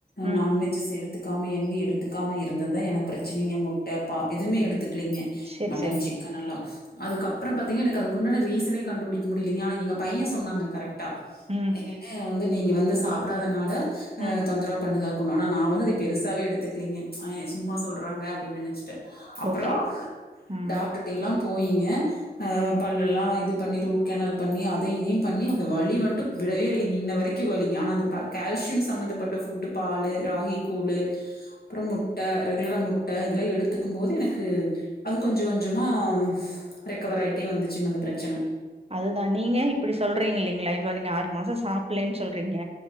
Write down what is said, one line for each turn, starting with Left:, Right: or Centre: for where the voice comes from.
Right: ம்
Left: நான்வெஜ்ஜஸ் எடுத் துக்காம எண்ணைய எடுத்துக்காமல் இருந்தது தான் எனக்கு பிரச்சனைங்க முட்டைப் ப எதுவுமே எடுத்துக்கலிங்க
Right: செரி
Left: மட்டன்
Right: செரிங்க
Left: சிக்கன் எல்லாம் அதுக்க அப்புறம் பாத்தீங்கன்ன எனக்கு அதுக்குண்டான ரீசனே கண்டுபிடிக்க முடியலங்க ஆனா எங்க பையன் சொன்னாங்க கரெக்டா
Right: ம்
Left: என்னன்னு வந்து நீங்க வந்து சாப்பிடாதனால ஆ
Right: ம்
Left: தொந்தரவு பண்ணதாக்கனும் ஆனா நா வந்து அது பெருசாகவே எடுத்துக்கலிங்க சும்மா சொல்கிறாங்க அப்டின்னு நினச்சிட்டேன் அப்பறோ
Right: ஓகே ம்
Left: டாக்டர்ட எல்லாம் போய்ங்க அ பல்ல எல்லாம் இது பண்ணி ரூட் கேனல் பண்ணி அதை இதையும் பண்ணி அந்த வலி மட்டும் விடவே இல்லைங்க இன்ன வரைக்கும் வலிங்க ஆனா அந்த ப கால்சியம் சம்மந்தப்பட்ட ஃபுட்டு பாலு ராகி கூழ்லு அப்றோ முட்ட ரெகுலரா முட்ட இதெல்லா எடுத்துக்கும் போது எனக்கு அது கொஞ்ச கொஞ்சமா ரெக்கவர் ஆயிட்டே வந்துச்சுங்க அந்த ப்ரச்சன
Right: அதுதா நீங்க இப்டி சொல்றீங்க இல்லைங்களா இப்போ நீங்க ஆறு மாசோ சாப்பிலன் சொல்றீங்க